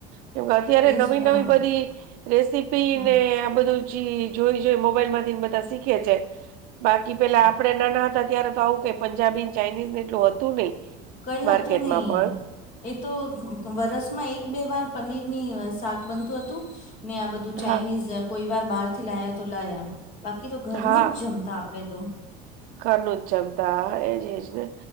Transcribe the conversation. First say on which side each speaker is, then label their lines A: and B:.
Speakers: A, on the right; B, on the left.
A: કેમ કે અત્યારે
B: એજ
A: નવી
B: હા
A: નવી બધી રેસીપીને
B: હા
A: આ બધું પછી જોઈ જોઈ મોબાઈલમાંથી ને બધા શીખે એજ જાય. બાકી પેલા
B: હા
A: આપડે નાના હતા ત્યારે પંજાબીને, ચાઈનીઝને એટલું હતું નહી.
B: કંઈ
A: માર્કેટમાં
B: હતું નહી.
A: પણ
B: એતો વરસમાં એક બે વાર પનીર ની શાક બનતું હતું નેઆ બધું. બધું ચાઇનીઝ
A: હા
B: કોઈ વાર બહાર થી લાયા તો લાયા બાકી તો ઘરનું
A: હા
B: જ જમતા આપડે તો,
A: ઘરનું જમતા એજજ ને,